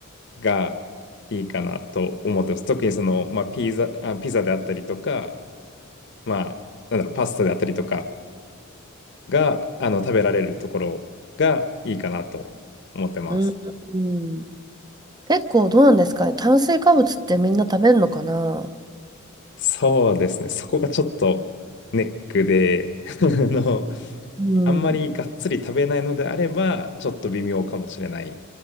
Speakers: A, on the left (about 55°); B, on the right (about 20°).
A: がいいかなと思ってます。特にその、まあ、ピザ、あ、ピザであったりとか、まあ、なんだろう、パスタであったりとかが、あの、食べられるところがいいかなと思ってます。
B: うーん。結構どうなんですかね。炭水化物ってみんな食べるのかな
A: そうですね。そこがちょっとネックで、<laughs> あの、
B: うん。
A: あんまりがっつり食べないのであれば、ちょっと微妙かもしれない